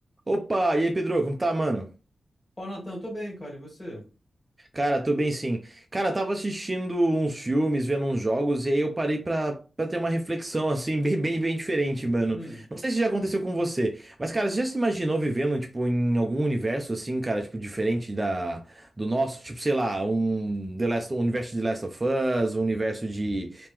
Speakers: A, on the right; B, on the left.
A: Opa, e aí, Pedro, como tá, mano?
B: Ó, Natan, tô bem, cara, e você?
A: Cara, tô bem sim. Cara, tava assistindo uns filmes, vendo uns jogos, e aí eu parei pra, pra ter uma reflexão, assim, <laughs> bem, bem, bem diferente, mano.
B: Hum,
A: Não sei se já aconteceu com você, mas, cara, você já se imaginou vivendo, tipo, em algum universo, assim, cara, tipo, diferente da, do nosso? Tipo, sei lá, um, The Last, um universo de The Last of Us, um universo de,